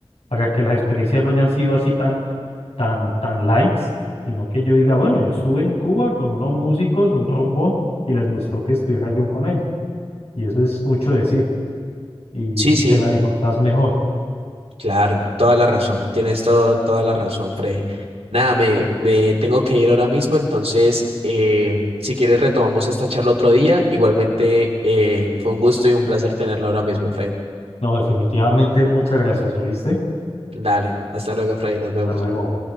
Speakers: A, on the left; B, on the right.
A: para que las experiencias no hayan sido así tan, tan, tan likes, sino que yo diga, bueno, yo estuve en Cuba con unos músicos, un rumbón, y les gustó que estuviera yo con ellos. Y eso es mucho decir, y,
B: Sí, sí.
A: y te la disfrutas mejor.
B: Claro, toda la razón. Tienes todo, toda la razón, Freddy. Nada, me, me tengo que ir ahora mismo, entonces, eh, si quieres, retomamos esta charla otro día. Igualmente, eh, fue un gusto y un placer tenerla ahora mismo, Freddy.
A: No, definitivamente, muchas gracias, ¿oíste?
B: Dale, hasta luego, Freddy, nos vemos.
A: Hasta luego.